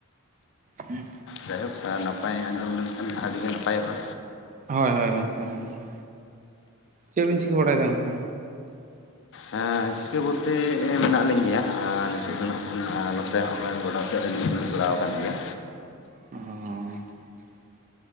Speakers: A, on the right (about 35°); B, on the left (about 60°).
A: ᱦᱮᱸ᱾
B: ᱡᱟᱭᱦᱳᱠ ᱱᱟᱯᱟᱭ ᱟᱸᱡᱚᱢ ᱞᱮᱱᱠᱷᱟᱱ ᱟᱹᱰᱤᱜᱮ ᱱᱟᱯᱟᱭᱚᱜᱼᱟ᱾
A: ᱦᱳᱭ ᱦᱳᱭ ᱜᱚᱢᱠᱮ᱾ ᱪᱮᱫᱵᱤᱱ ᱪᱤᱠᱟᱹ ᱵᱟᱲᱟᱭᱫᱟ ᱜᱚᱝᱠᱮ?
B: ᱦᱮᱸ ᱪᱤᱠᱟᱹ ᱵᱳᱞᱛᱮ ᱢᱮᱱᱟᱜ ᱞᱤᱧ ᱜᱮᱭᱟ᱾ ᱱᱤᱛᱚᱜ ᱫᱚ ᱱᱟᱜᱠᱦᱟᱱ- ᱦᱚᱸᱜᱼᱚᱭ ᱜᱚᱰᱟ ᱥᱮᱫ ᱨᱮᱞᱤᱧ ᱫᱩᱲᱩᱵ ᱵᱟᱲᱟᱣ ᱠᱟᱱ ᱜᱮᱭᱟ᱾
A: ᱚᱻ